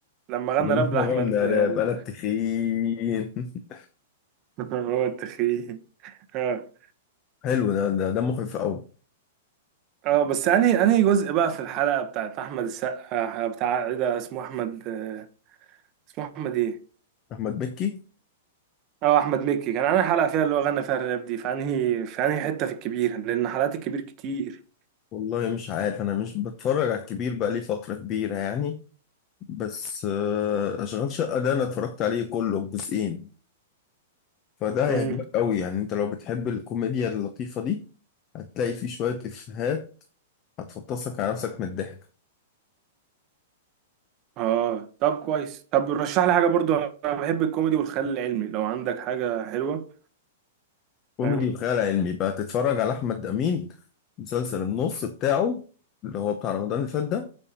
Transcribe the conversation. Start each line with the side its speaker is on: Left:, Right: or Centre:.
Right: لما
Left: <laughs>
Right: غنى
Left: لما
Right: راب لأحمد
Left: غنى راب
Right: دال
Left: انا بتخين <laughs>
Right: <laughs> هو التخين اه
Left: حلو ده ده ده مخيف قوي
Right: اه بس انهي انهي جزء بقى في الحلقة بتاعت أحمد السقا بتاع ايه ده اسمه أحمد آه، اسمه أحمد ايه؟
Left: احمد مكي
Right: اه أحمد مكي كان أنا حلقة فيها اللي هو غنى فيها الراب دي في انهي في انهي حتة في الكبير لأن حلقات الكبير كتير
Left: والله مش عارف انا مش بتفرج على الكبير بقى لي فتره كبيره يعني بس آه، اشغال شقه ده انا اتفرجت عليه كله الجزئين فده اه
Right: امم
Left: هيعجبك قوي يعني انت لو بتحب الكوميديا اللطيفه دي هتلاقي فيه شويه افيهات هتفطسك على نفسك من الضحك
Right: اه طب كويس طب رشح لي حاجة برضو أنا بحب الكوميدي والخيال العلمي لو عندك حاجة حلوة
Left: كوميدي
Right: فاهم؟
Left: وخيال علمي بقى تتفرج على احمد امين مسلسل النص بتاعه اللي هو بتاع رمضان اللي فات ده